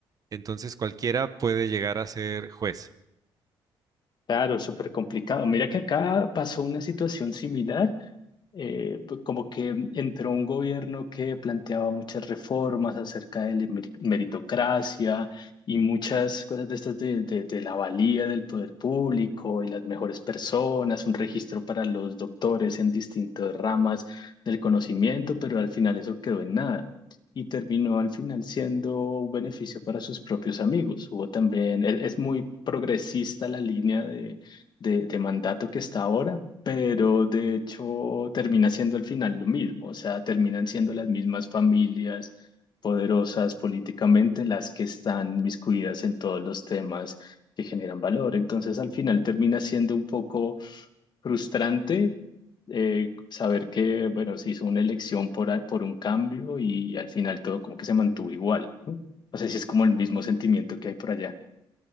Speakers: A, on the right (about 40°); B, on the left (about 50°).
A: entonces cualquiera puede llegar a ser juez.
B: Claro, súper complicado. Mira que acá pasó una situación similar. eh, pues como que entró un gobierno que planteaba muchas reformas acerca de la meri- meritocracia y muchas cosas de estas de, de- de la valía del poder público y las mejores personas, un registro para los doctores en distintas ramas del conocimiento, pero al final eso quedó en nada. Y terminó al final siendo un beneficio para sus propios amigos. Hubo también, es es muy progresista la línea de, de mandato que está ahora, pero de hecho termina siendo al final lo mismo, o sea, terminan siendo las mismas familias poderosas políticamente las que están miscuidas en todos los temas que generan valor. Entonces, al final termina siendo un poco frustrante. eh, saber que, bueno, se hizo una elección por, a- por un cambio y, al final todo como que se mantuvo igual, ¿no? No sé si es como el mismo sentimiento que hay por allá.